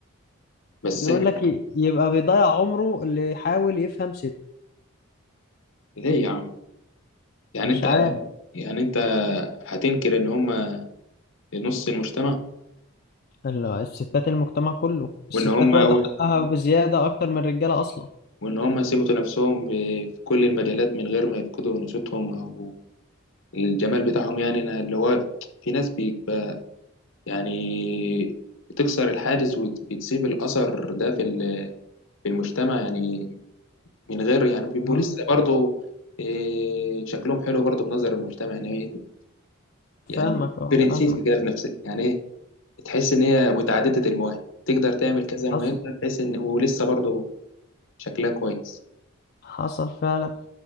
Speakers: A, on the left (about 65°); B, on the left (about 45°).
A: بس
B: بيقول
A: إحنا
B: لك ي- يبقى بيضيع عمره اللي يحاول يفهم ست
A: ليه يا عم يعني
B: مش
A: أنت
B: عارف
A: يعني أنت هتنكر إن هما نص المجتمع
B: ال- الستات المجتمع كله الستات
A: وإن هما
B: واخده حقها بزياده اكتر من الرجاله اصلا
A: وإن هم يثبتوا نفسهم ب- في كل المجالات من غير ما يفقدوا نشاطهم أو الجمال بتاعهم يعني أنا اللي هو في ناس بيبقى يعني بتكسر الحاجز وبتسيب الأثر ده في ال- في المجتمع يعني من غير يعني بيبقوا
B: اه
A: لسه برضه إيه، شكلهم حلو برضه في نظر المجتمع يعني إيه يعني
B: فاهمك اه
A: برنسيس
B: فاهمك
A: كده في نفسها يعني إيه تحس إن هي متعددة المواهب تقدر تعمل كذا مهمة
B: حصل
A: تحس إن ولسه برضه شكلها كويس.
B: حصل فعلا